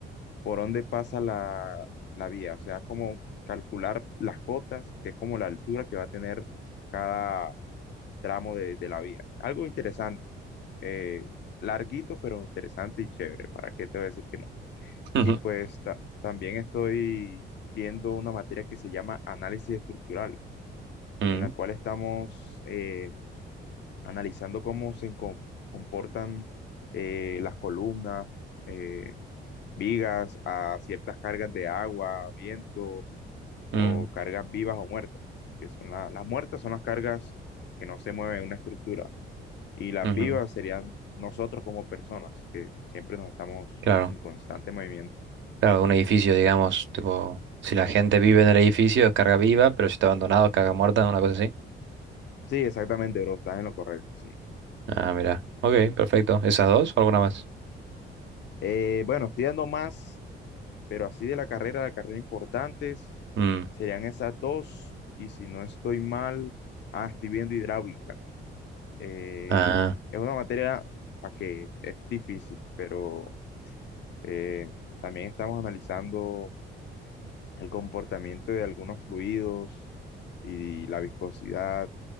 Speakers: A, on the left (about 60°); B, on the right (about 70°).
A: por dónde pasa la, la vía, o sea, como calcular las cotas, que es como la altura que va a tener cada tramo de, de la vía. Algo interesante, eh, larguito, pero interesante y chévere, ¿para qué te voy a decir que no?
B: <laughs>
A: Y
B: Ujú.
A: pues ta- también estoy viendo una materia que se llama análisis estructural,
B: Mm,
A: en la cual estamos eh, analizando cómo se encom- comportan eh, las columnas, eh, vigas a ciertas cargas de agua, viento o
B: mm,
A: cargas vivas o muertas, que son la- las muertas son las cargas que no se mueven en una estructura y las
B: ujú.
A: vivas serían nosotros como personas, que siempre nos estamos
B: Claro,
A: en constante movimiento.
B: claro, un edificio, digamos, tipo, si la gente vive en el edificio es carga viva, pero si está abandonado es carga muerta, una cosa así.
A: Sí, exactamente, bro, estás en lo correcto, sí.
B: Ah, mira. Ok, perfecto. ¿Esas dos o alguna más?
A: Eh, bueno, estoy dando más, pero así de la carrera, la carrera importantes
B: Mm,
A: serían esas dos y si no estoy mal, ah, estoy viendo hidráulica. Eh,
B: Ah.
A: es una materia para que es difícil, pero eh, también estamos analizando el comportamiento de algunos fluidos y la viscosidad,